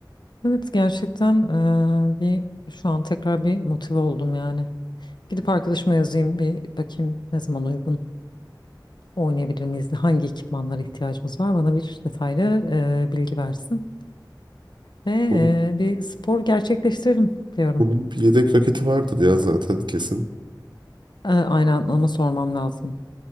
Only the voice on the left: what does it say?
Evet gerçekten eee, bir şu an tekrar bir motive oldum yani. Gidip arkadaşıma yazayım bir bakayım ne zaman uygun oynayabilir miyiz? Hangi ekipmanlara ihtiyacımız var? Bana bir detaylı eee, bilgi versin. Ve eee,
bir spor gerçekleştirelim diyorum.
Eee, aynen ama sormam lazım.